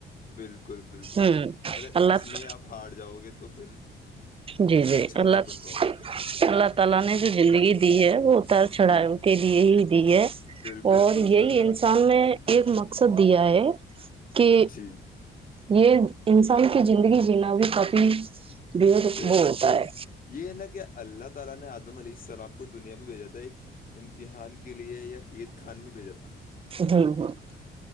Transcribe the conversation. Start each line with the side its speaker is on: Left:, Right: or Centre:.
Left: بالکل بالکل
Right: ہوں
Left: اگر
Right: اللہ
Left: اس میں آپ ہار جاؤ گے تو پھر
Right: جی جی
Left: سکچم
Right: اللہ
Left: نہیں بن پاؤ
Right: اللہ تعالی نے جو زندگی دی ہے وہ اتار
Left: گے
Right: چڑھائے
Left: جی
Right: کے لیے ہی دی ہے
Left: بالکل
Right: اور
Left: بالکل
Right: یہی انسان میں ایک سدیا ہے کہ
Left: جی
Right: یہ انسان کی زندگی جینا بھی کافی بےحد
Left: بے
Right: وہ
Left: شک
Right: ہوتا
Left: ب
Right: ہے
Left: یہ ہے نا کہ اللہ کا ال تعالی نے عدم علیہ السلام کو دنیا میں بھیجا تھا ایک امتحان کے لیے یا قید خان میں بھیجا تھا
Right: ہوں ہ